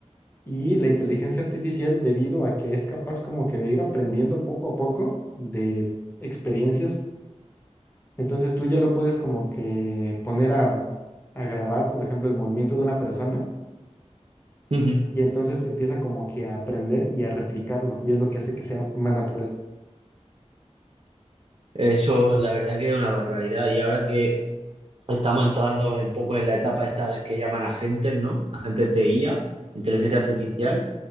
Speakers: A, on the left (about 15°); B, on the right (about 55°).
A: Y la inteligencia artificial, debido a que es capaz como que de ir aprendiendo poco a poco de experiencias, entonces tú ya lo puedes como que poner a, a grabar, por ejemplo, el movimiento de una persona
B: ujú.
A: y entonces empieza como que a aprender y a replicarlo. Y es lo que hace que sea más natural.
B: Eso, la verdad que es una barbaridad. Y ahora que estamos entrando un poco en la etapa esta de- que llaman agentes, ¿no? Agentes de IA, inteligencia artificial,